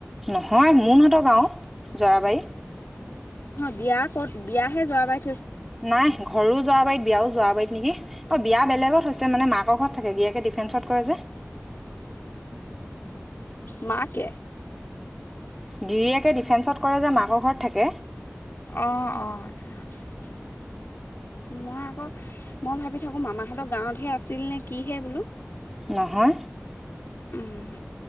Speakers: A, in the centre; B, on the left.
A: নহয় মোনহঁতৰ গাঁওৰ জৰাবাৰী।
B: অ, বিয়া ক'ত? বিয়াহে যোৱা বাৰী।
A: নাই ঘৰো জৰাবাৰী বিয়াও জৰা যোৱা বাৰীত নেকি? অ, বিয়া বেলেগত হৈছে মানে মাকৰ ঘৰত থাকে <unintelligible> ডিফেন্সত কৰে যে।
B: মাকে?
A: গিৰিয়েকে ডিফেন্সত কৰে যে মাকৰ ঘৰত থাকে।
B: অ', অ। মই আকৌ মই ভাবি থাকোঁ মামাহঁতৰ গাঁৱতহে আছিল নে কিহে বোলো।
A: নহয়।
B: উম,